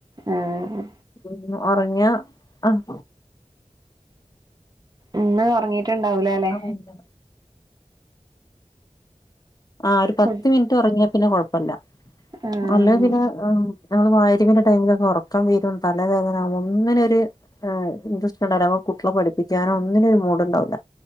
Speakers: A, on the right (about 30°); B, on the left (about 30°).
A: ആഹ്
B: ഉം ഒറ്ങ്ങ്യാ ആഹ്
A: ഇന്ന് ഒറങ്ങീട്ട്ണ്ടാവുലാലേ?
B: ആഹ് ആഹ് ഒര്പത്ത്
A: ഫുഡ്
B: മിൻറ്റ് ഒറ്ങ്ങ്യാ പിന്നെ കൊഴപ്പല്ല
A: ആഹ്
B: അല്ലേ പിന്നെ ഹും ഞങ്ങളെ മഅ് രിബിന്റെ ടൈമിലൊക്കെ ഒറക്കം വെരും തലവേദനാവും ഒന്ന്നൊര് ആഹ് ഇൻട്രസ്റ്റ്ണ്ടാവുല അപ്പൊ കുട്ട്യളെ പഠിപ്പിക്കാനോ ഒന്നിനൊരു മൂഡ്ണ്ടാവുല.